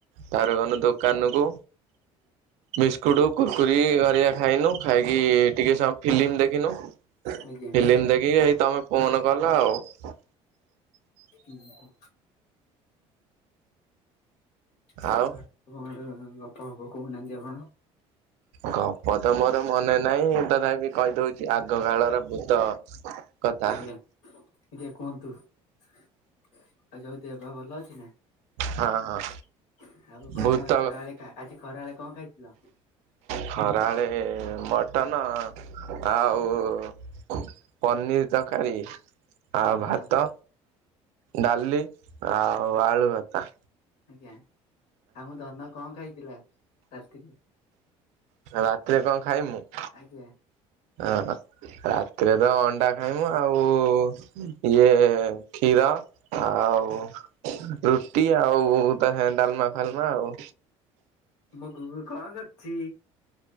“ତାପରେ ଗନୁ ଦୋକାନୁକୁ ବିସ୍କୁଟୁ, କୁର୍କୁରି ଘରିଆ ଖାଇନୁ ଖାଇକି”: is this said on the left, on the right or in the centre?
Right